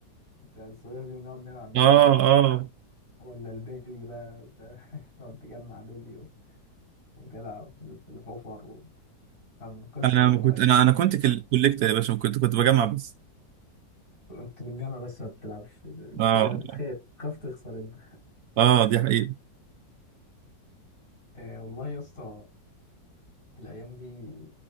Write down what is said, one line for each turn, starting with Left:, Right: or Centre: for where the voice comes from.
Left: بتاع الصاروخ دي ونقعد نلعب
Right: اه
Left: بيها وبتاع
Right: اه
Left: ولا البيلي بقى بتاع- <laughs> تقعد تجمع بيلي و- وتلعب في في الحفر و... كان قصة
Right: انا
Left: والله
Right: ما كنت انا انا كنت كل- كوليكتور يا باشا كنت كنت بجمع بس
Left: انت بالجامعة بس ما بتلعبش بتبقى
Right: اه
Left: بتخاف بتخاف تخسر انت
Right: اه دي حقيقه
Left: آه والله يا اسطى الأيام دي